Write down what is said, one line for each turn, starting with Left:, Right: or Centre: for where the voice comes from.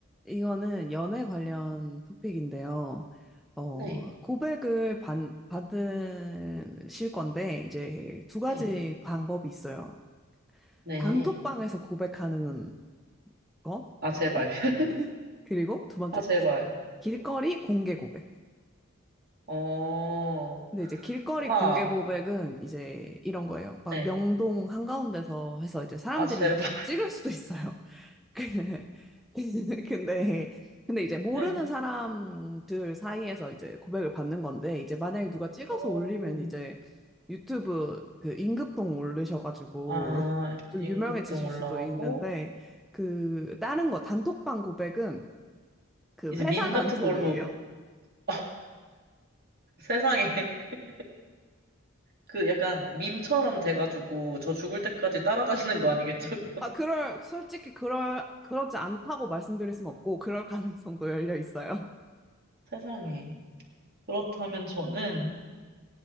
Centre: 이거는 연애 관련 토픽인데요. 어,
Right: 네,
Centre: 고백을 받, 받으실 건데, 이제 두 가지
Right: 네,
Centre: 방법이 있어요.
Right: 네.
Centre: 단톡방에서 고백하는 거,
Right: 아,
Centre: 그리고,
Right: 제발. <laughs>
Centre: 그리고 두 번째,
Right: 아, 제발.
Centre: 길거리 공개 고백.
Right: 어,
Centre: 근데 이제 길거리
Right: 와,
Centre: 공개 고백은 이제 이런 거예요. 막
Right: 네.
Centre: 명동 한가운데서 해서 이제 사람들이
Right: 아, 제발.
Centre: 다
Right: <laughs>
Centre: 찍을 수도 있어요. 근데 <laughs> 근데 근데 이제 모르는
Right: 네.
Centre: 사람들 사이에서 이제 고백을 받는 건데 이제 만약에 누가 찍어서
Right: 오,
Centre: 올리면 이제 유튜브 그임급동 올르셔가지고
Right: 아,
Centre: <laughs> 좀
Right: 임금동
Centre: 유명해지실
Right: 올라가고,
Centre: 수도 있는데 그 다른 거 단톡방 고백은 그
Right: 이제
Centre: 회사
Right: 밈
Centre: 단톡이에요.
Right: 같은 걸로.
Centre: <laughs>
Right: <laughs> 세상에 <laughs> 그 약간 밈처럼 돼가지고 저 죽을 때까지 따라다니는 거 아니겠죠, 그거?
Centre: 아
Right: <laughs>
Centre: 그럴 솔직히 그럴 그렇지 않다고 말씀드릴 순 없고 그럴 가능성도 열려 있어요.
Right: 세상에. 그렇다면 저는